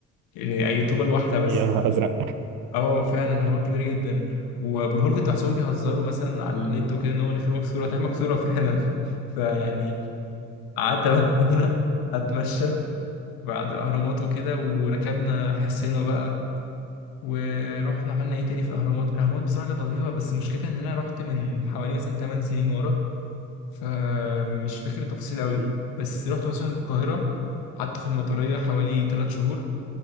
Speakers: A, on the left (about 75°); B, on the right (about 65°).
A: يعني اي طوبه الواحده بس
B: يا نهار ازرق
A: اه فعلا الاهرامات كبيره جدا وابو الهول كنت بحسهم بيهزروا مثلا على النت وكده ان هو نخيل مكسوره تمام مكسوره فعلا <laughs> فيعني قعدت بقى <laughs> كده اتمشى بعد الاهرامات وكده وركبنا حصينا بقى ورحنا عملنا ايه تاني في الاهرامات الاهرامات بصراحه كانت لطيفه بس مشكلتها ان انا رحت من حوالي مثلا 8 سنين ورا فمش فاكر التفاصيل قوي
B: مم.
A: بس رحت مثلا القاهرة قعدت في المطرية حوالي ثلاث شهور